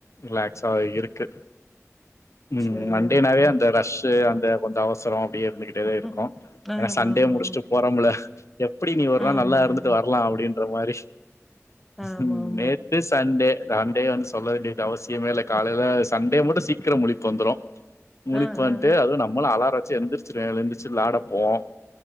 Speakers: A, on the left; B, in the centre.
A: ரிலாக்ஸா இருக்கு ம்
B: சேரி
A: மண்டேனாவே
B: ஓகே
A: அந்த ரஷ் அந் கொஞ்சம் அவசரம் அப்டியே வந்துகிட்டேதான் இருக்கும்
B: ம் ஆமா
A: ஏன்னா சண்டே
B: ஆமா
A: முடிச்சுட்டு போறம்ல எப்டி நீ ஒரு நாள்
B: ஆமா
A: நல்லா இருந்துட்டு
B: ஆமா
A: வரலாம் அப்படின்ற மாரி
B: ஆமா ஆமா
A: ம்
B: ஆமா
A: நேத்து சண் டே சண்டே வந்து சொல்ல வேண்டியது அவசியமே இல்ல காலையில சண்டே மட்டும் சீக்கிரம் முழிப்பு வந்துரும் முழிப்பு
B: ஆ
A: வந்துட்டு
B: ஆ
A: அது நம்மள அலார எந்திரிச்சிடுவேன் எந்திருச்சு விளாடப்போவோம்